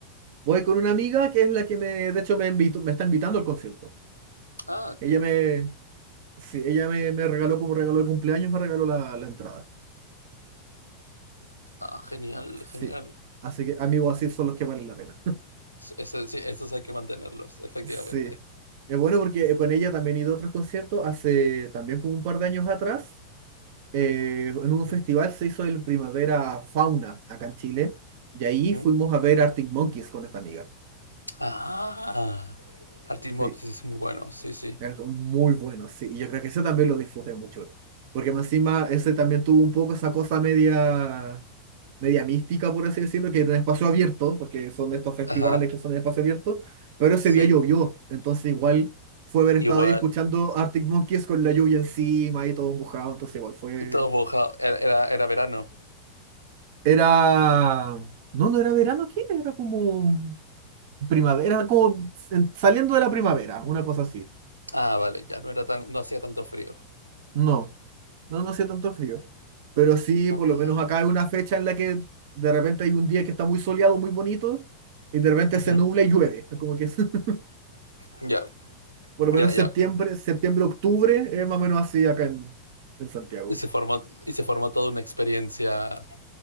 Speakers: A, on the right; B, on the left.
A: Voy con una amiga que es la que me, de hecho, me invitó, me está invitando al concierto.
B: Ah,
A: Ella
B: qué bueno.
A: me, sí, ella me, me regaló como regalo de cumpleaños, me regaló la, la entrada.
B: Ah, genial, genial.
A: Sí. Así que amigos, así son los que valen la pena.
B: S- sí, esos hay que mantenerlos,
A: <laughs>
B: efectivamente.
A: Sí. Es bueno porque eh, con ella también he ido a otros conciertos. Hace también como un par de años atrás, eh, en un
B: Ujú,
A: festival se hizo el Primavera Fauna acá en Chile. Y ahí
B: ujú.
A: fuimos a ver Arctic Monkeys con esta amiga.
B: Ah, Arctic Monkeys
A: Sí,
B: es muy bueno, sí, sí.
A: Es muy bueno, sí. Y yo creo que eso también lo disfruté mucho. Porque más encima ese también tuvo un poco esa cosa media, media mística, por así decirlo, que era en espacio abierto, porque son de estos festivales
B: Ajá,
A: que son en espacio abierto, pero ese
B: sí.
A: día llovió. Entonces igual fue haber estado
B: Igual,
A: ahí escuchando Arctic Monkeys con la lluvia encima y todo mojado. Entonces igual fue...
B: todo mojado. Era, era, era verano.
A: Era... No, no era verano, ¿qué? Era Era como primavera, como en- saliendo de la primavera, una cosa así.
B: Ah, vale, ya no era tan, no hacía tanto frío.
A: No. No, no hacía tanto frío. Pero sí,
B: Ah,
A: por lo menos acá hay una fecha en la que de repente hay un día que está muy soleado, muy bonito, y de repente
B: Ujú,
A: se nubla y llueve. Es como que <laughs>
B: Ya,
A: por lo menos
B: ya, ya.
A: septiembre, septiembre, octubre, es más o menos así acá en, en Santiago.
B: Y se formó, y se formó toda una experiencia